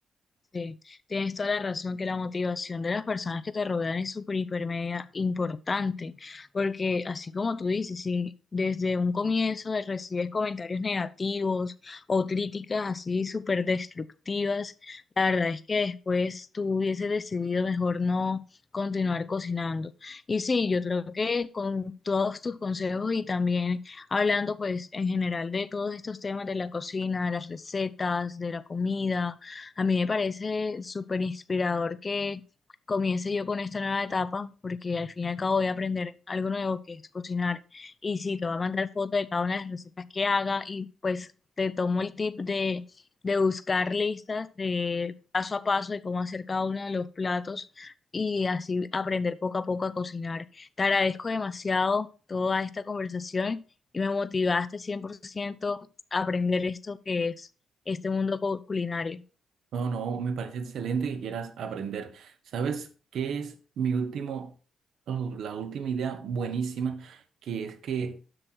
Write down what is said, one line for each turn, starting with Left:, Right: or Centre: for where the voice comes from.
Left: Sí, tienes toda la razón que la motivación de las personas que te rodean es súper, hiper, media importante, porque así como tú dices, si desde un comienzo de- recibes comentarios negativos o críticas así súper destructivas, la verdad es que después tú hubieses decidido mejor no continuar cocinando. Y sí, yo creo que con todos tus consejos y también hablando pues en general de todos estos temas de la cocina, de las recetas, de la comida a mí me parece súper inspirador que comience yo con esta nueva etapa, porque al fin y al cabo voy a aprender algo nuevo que es cocinar. Y sí, te voy a mandar foto de cada una de las recetas que haga y pues te tomo el tip de, de buscar listas de paso a paso de cómo hacer cada uno de los platos y así aprender poco a poco a cocinar. Te agradezco demasiado toda esta conversación y me motivaste 100% a aprender esto que es este mundo cu- culinario.
Right: No, no, me parece excelente que quieras aprender. ¿Sabes qué es mi último, oh, la última idea buenísima? Que es que